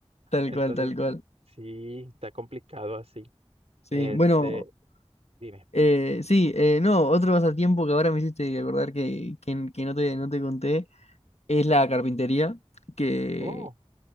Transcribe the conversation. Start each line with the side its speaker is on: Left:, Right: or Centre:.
Left: tal
Right: Entonces,
Left: cual, tal cual.
Right: sí, está complicado así.
Left: Sí,
Right: Este,
Left: bueno,
Right: dime.
Left: eh, sí, eh, no, otro pasatiempo que ahora me hiciste acordar que, que, que no te, no te conté es la carpintería, que
Right: Oh.